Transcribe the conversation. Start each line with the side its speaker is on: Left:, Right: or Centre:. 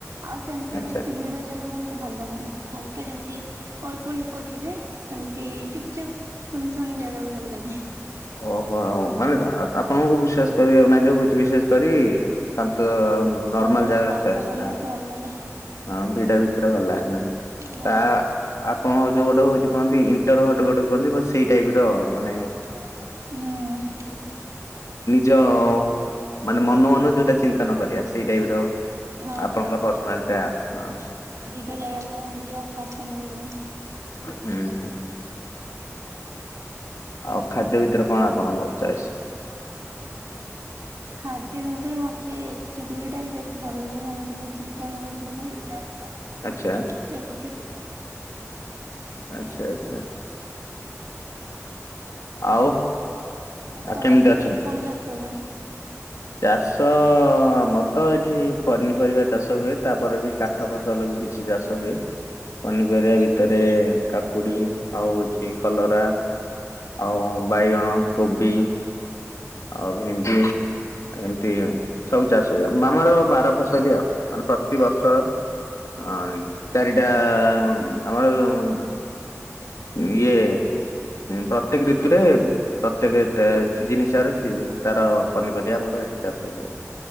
Right: ଆଉ ସେମିତି
Left: ଆଚ୍ଛା
Right: ବେଶୀ ଭିଡ ଜାଗାକୁ ମତେ ଭଲ ଲାଗେ। ହାଲକା ଯେମିତି ଅଳ୍ପ ଲୋକ ଥିବେ ସେମତି ଚୁପଚାପ୍ ଶୂନ ଶୂନ ଜାଗାକୁୁ ଭଲ ଲାଗେ।
Left: ଓହୋ ଆଉ ମାନେ ଆପଣଙ୍କୁ ବିଶ୍ୱାସ କରିବାକୁ ନାଇଁ ଯୋଉ ହୋଇଚି ବିଶେଷ କରି ଶାନ୍ତ ନର୍ମାଲ
Right: ହଁ
Left: ଜାଗା
Right: ଶାନ୍ତ
Left: ଚଏସ୍
Right: ପରିବେଶ
Left: ନା?
Right: ଭଲ ଲାଗେ
Left: ହଁ ଭିଡ ଭିତରେ ଭଲ ଲାଗେନି
Right: ନା
Left: ତା ଆପଣ ଯୋଉ ଗୋଟେ ହୋଉଚି ଯୋଉ କହନ୍ତି ଇଣ୍ଟର ହଟ୍ ଗୋଟେ କୁହନ୍ତି ସେଇ ଟାଇପ୍ ର ମାନେ
Right: ହଁ <unintelligible>
Left: ଯୋଉ ମାନେ ମନକୁ ମନ ଯୋଉଟା ଚିନ୍ତନ କରିବା ସେଇଟା। ସେଇ ଟାଇପ୍ ର
Right: ହଁ
Left: ଆପଣଙ୍କ ପର୍ସନାଲିଟା ହଁ।
Right: ସେମିତିଆ ଜାଗାକୁ ଯିବାକୁ ମୋର ପସନ୍ଦ ବି ହୁଏନି।
Left: ହୁଁ। ଆଉ ଖାଦ୍ୟ ଭିତରେ କଣ ଆପଣଙ୍କ ଚଏସ୍?
Right: ଖାଦ୍ୟ ଭିତରେ ମୋତେ ଚିଲି ଟା ହି ବେଶୀ ଭଲ ଲାଗେ ଯେମିତିକି ଚିକେନ ର ଚିଲି।
Left: ଆଛା।
Right: ସେମିତି।
Left: ଆଛା, ଆଛା। ଆଉ ଆଉ
Right: ତମ
Left: କେମିତି
Right: ସେପଟେ
Left: ଅଛନ୍ତି?
Right: କଣ ଚାଷ ହୁଏ?
Left: ଚାଷ ଆମର ତ ଏଠି ପନିପରିବା ଚାଷ ହୁଏ ତାପରେ ବି କା କଠ <unintelligible> ଫସଲ ବି କିଛି ଚାଷ ହୁଏ। ପନିପରିବା ଭିତରେ କାକୁଡି ଆଉ ହୋଉଚି କଲରା ଆଉ ବାଇଗଣ କୋବି ଆଉ ଭେଣ୍ଡି ଏମିତି ସବୁ ଚାଷ ହୁଏ ମାମାର ବାର ଫସଲି ଆଉ ମାନେ ପ୍ରତିିବର୍ଷ ହଁ ଚାରିଟା ଆମର ଯୋଉଁ ନିଏ ପ୍ରତ୍ୟେକ ଋତୁରେ ପ୍ରତ୍ୟେକ ସିଜିନ ହିସାବରେ ତାର ପନିପରିବା ଆମର ଏଠି ଚାଷ ହୁଏ।